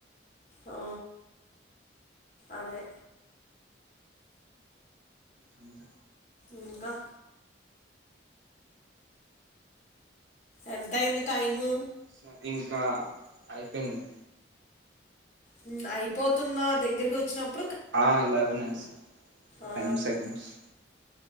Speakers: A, on the left (about 40°); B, on the right (about 75°).
A: ఆ అదే
B: అంతే
A: ఇంకా ఎంత అయ్యింది టైము
B: సరే ఇంకా అయిపోయింది
A: ప్చ్ అయిపోతున్నా దగ్గరకి వచ్చినప్
B: ఆ లెవెన్ ఎస్
A: ఆ
B: టెన్ సెకండ్స్